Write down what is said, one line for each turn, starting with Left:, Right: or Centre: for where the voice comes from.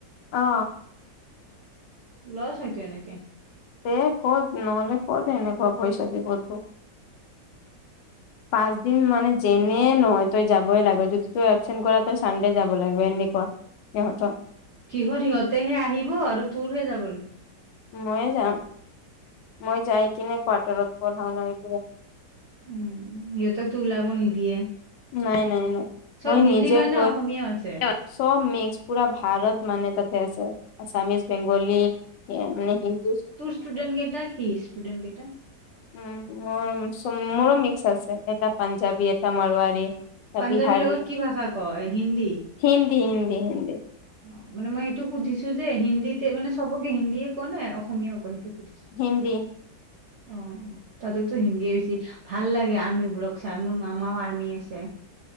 Left: অ।
Right: লছ হয়টো এনেকে।
Left: এ ক'ত নহ'লে কত এনেকুৱা পইচা দিব তোক। পাঁচ দিন মানে যেনে নহয় তই যাবই লাগে যদি তই এবছেন্ত কৰা তই চানডে যাব লাগিব এনেুৱা। সিহঁতৰ
Right: কিহৰ সিহঁতেহে আহিব আৰু তোৰহে যাব লা
Left: মইয়ে যাম, মই যাই কিনে কোৱাৰ্টাৰত পঢ়াও ন হেতু
Right: উম সিহঁতকতো ওলাব নিদিয়ে?
Left: নাই নাই নাই
Right: চব
Left: মই
Right: হিন্দী
Left: নিজে
Right: কাৰণে
Left: কৈ
Right: অসমীয়াও আছে।
Left: চব মিক্স পুৰা ভাৰত মানে তাতে আছে, আছামিছ, বেংগলী মানে হিন্দ
Right: তোৰ ষ্টুডেট গেইটা কি ষ্টুডেণ্ট গেইটা?
Left: উম মোৰ মোৰো মিক্স আছে এটা পাঞ্জাবী এটা মাৰোৱাৰী। এটা
Right: পাঞ্জাৱীৰ
Left: বিহাৰী
Right: লগত কি ভাষা কৈ হিন্দী?
Left: হিন্দী হিন্দী হিন্দী।
Right: অ মানে মই সেইটো সুধিছো যে হিন্দীতে মানে চবকে হিন্দীয়ে ক নে অসমীয়ও কৈ সেইটো সুধিছো?
Left: হিন্দী।
Right: অ', তাতেতো হিন্দীয়ে বেছি ভাল লাগে আৰ্মী বোৰক চাই মোৰ মামাও আৰ্মী আছে।